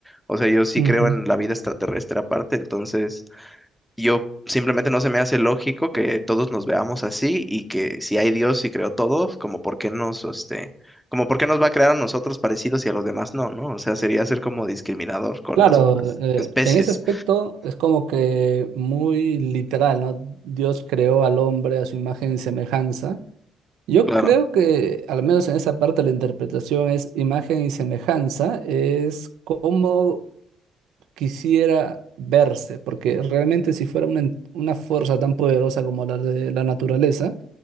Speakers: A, in the centre; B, on the right.
A: O sea, yo sí
B: mm,
A: creo
B: ujú.
A: en la vida extraterrestre aparte, entonces yo simplemente no se me hace lógico que todos nos veamos así y que si hay Dios y creó todos como por qué nos, este, como por qué nos va a crear a nosotros parecidos y a los demás no, ¿no? O sea, sería ser como discriminador con
B: Claro,
A: las otras
B: eh,
A: especies.
B: en ese aspecto es como que muy literal, ¿no? Dios creó al hombre a su imagen y semejanza. Yo
A: Claro.
B: creo que, al menos en esa parte, la interpretación es imagen y semejanza, es como quisiera verse, porque realmente si fuera una, en- una fuerza tan poderosa como la de la naturaleza,